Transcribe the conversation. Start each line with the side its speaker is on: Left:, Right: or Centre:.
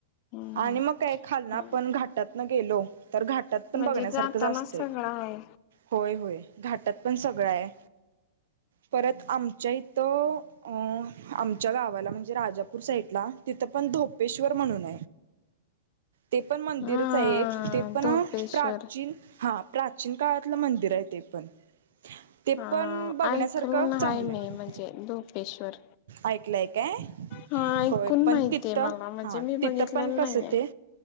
Left: हम्म
Right: आणि
Left: हम्म
Right: मग काय खालना
Left: हम्म
Right: पण घाटात न गेलो... तर घाटात पण
Left: म्हणजे
Right: बघण्यासारखं
Left: जातानाच
Right: जा असत.
Left: सगळं आहे
Right: होय होय घाटात पण सगळं आहे. परत आमच्या इथं आमच्या गावाला म्हणजे राजापूर साईडला तिथं पण.... धोपेश्वर म्हणून... ते पण मंदिरच
Left: हा
Right: आहे ते पण
Left: धोपेश्वर
Right: प्राचीन हा प्राचीन... काळातलं मंदिर आहे ते पण.. ते
Left: हा
Right: पण बघण्यासारखं
Left: ऐकलून
Right: चांगलं
Left: हाय मी
Right: आहे
Left: म्हणजे धोपेश्वर
Right: ऐकलंय काय?
Left: हा ऐकून
Right: होय पण
Left: माहितीय
Right: तिथं
Left: मला म्हणजे
Right: हा
Left: मी
Right: तिथ
Left: बघितलेलं
Right: पण कस
Left: नाहीये
Right: ते...